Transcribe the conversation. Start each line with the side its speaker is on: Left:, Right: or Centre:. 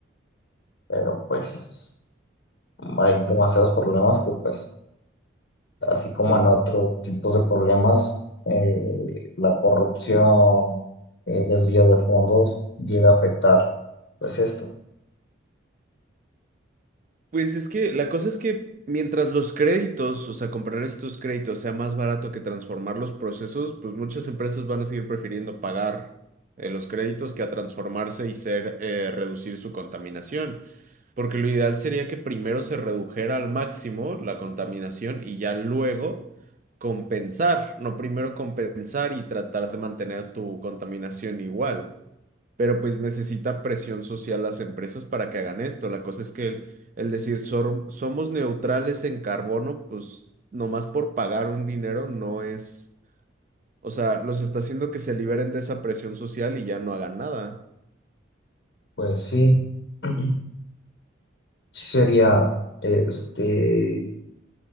Left: pero pues hay demasiados problemas que pues así como en otros tipos de problemas, eh, la corrupción, el desvío de fondos llega a afectar pues esto.
Right: Pues es que la cosa es que mientras los créditos, o sea, comprar estos créditos sea más barato que transformar los procesos, pues muchas empresas van a seguir prefiriendo pagar eh, los créditos que a transformarse y ser, eh, reducir su contaminación. Porque lo ideal sería que primero se redujera al máximo la contaminación y ya luego compensar, no primero compensar y tratar de mantener tu contaminación igual pero pues necesita presión social las empresas para que hagan esto. La cosa es que el, el decir "Sor- somos neutrales en carbono, pues nomás por pagar un dinero no es, o sea, los está haciendo que se liberen de esa presión social y ya no hagan nada.
Left: Pues sí, <clears throat> sí sería este